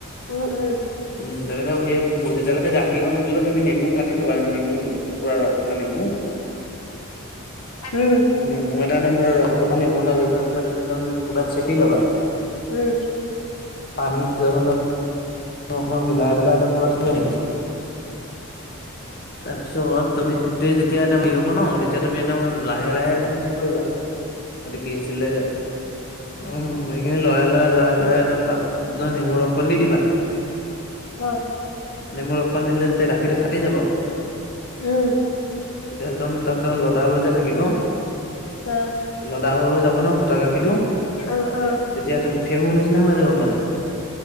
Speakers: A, on the left (about 80°); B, on the left (about 45°).
A: উম উম।
B: উম তেনেকে সেই যেতিয়ালৈকে গাখীকন উতলে তুমি নেমু কাটি থ'বা, নেমু পোৰা ৰস থকা নেমু। <inaudible>
A: উম।
B: নেমু এটা একদম পোৰা ৰস থকা নেমু এটা হেৰি কৰি পেলাই তুমি একদম কৰবাত চেপি লবা।
A: উম
B: পানীত <unintelligible> অকমান মিলাই পেলাই একদম পুৰা ব্ৰাছ কৰি আনিবি তাৰপিছত তুমি গোটেই গোটেই যেতিয়া একদম হে হব ন তেতিয়া তুমি একদম লাহে লাহে একদম হেৰি কৰিবা এইটো কি আছিলে উম সেইখিনি লৰাই লৰাই লৰাই লৰাই একদম তাত নেমু ৰসকণ দি দিবা
A: উম
B: নেমুৰ ৰস অসণ দিলে তেতিয়া গাখীৰটো ফাটি যাব
A: উম
B: তেতিয়াহ'লেদম ত লডা লা থাকিব
A: অ
B: লডা হৈ হৈ যাব ন ফটা গাখীটো
A: অ অ
B: তেতিয়া তুমি ফেহুৰ নিচিনা হৈ যাব মানে